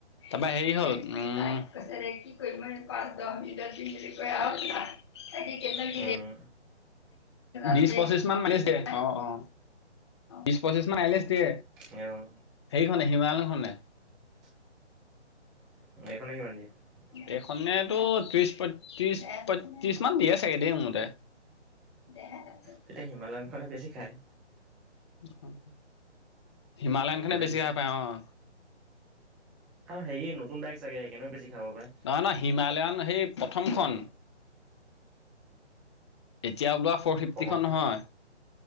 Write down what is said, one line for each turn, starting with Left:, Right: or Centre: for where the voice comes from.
Left: তাৰপা হেৰি হল উ কিই পাঁচ দহ দ দিন বুলি কৈ না টাকে কেদিনমান দিলে
Centre: উম
Left: বিশ পঁচিশ মান মানি অ', অ'। বিশ পঁচিশ মান আইলেষ্ট দিয়ে,
Centre: অ
Left: হেখনে হিমালয়খনে।
Centre: <inaudible> <unintelligible>
Left: এইখনেতো ত্ৰিশ পয়ত্ৰিশ পয়ত্ৰিশ মান দিয়ে চাগে দেই মতে। দেহ ত
Centre: তেতিয়া হিমালয়নখনে বেছি খায়।
Left: হয়। হিমালয়ন খনে
Centre: সেইটো
Left: বেছি খাহ পায় অহ।
Centre: আহ হেই নতুন বাইক চাগে সেইকাৰনেও বেছি খাব পাৰে
Left: নহয় নহয় হিমালয়ান সেই প্ৰথমখন। এতিয়া বওলোৱা ফৰ ফিফটিখন
Centre: প্ৰথমখন
Left: নহয়।